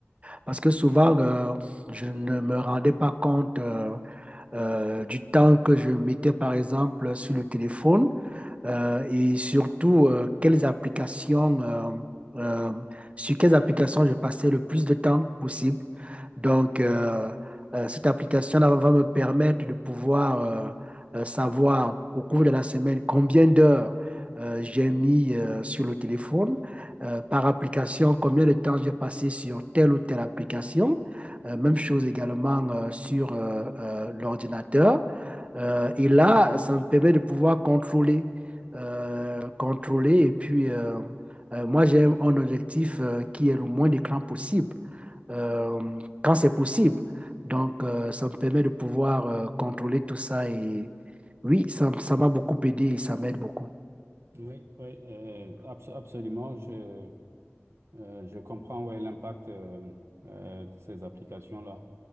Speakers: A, on the right (about 25°); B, on the right (about 65°).
A: Parce que souvent, euh, je ne me rendais pas compte. euh, euh, du temps que je mettais par exemple sur le téléphone euh, et surtout euh, quelles applications, euh, euh, sur quelles applications je passais le plus de temps possible. Donc, euh, euh, cette application-là va me permettre de pouvoir euh, euh, savoir au cours de la semaine combien d'heures euh, j'ai mis euh, sur le téléphone, euh, par application, combien de temps j'ai passé sur telle ou telle application. Euh, même chose également euh, sur euh, euh, l'ordinateur. Euh, et là, ça me permet de pouvoir contrôler, euh, contrôler. Et puis, euh, euh, moi, j'ai un objectif euh, qui est le moins d'écran possible, euh, quand c'est possible. Donc, euh, ça me permet de pouvoir euh, contrôler tout ça. Et oui, ça, ça m'a beaucoup aidé et ça m'aide beaucoup.
B: oui, oui, euh, abso- absolument. Je, Euh, je comprends ouais, l'impact euh, euh, de ces applications-là.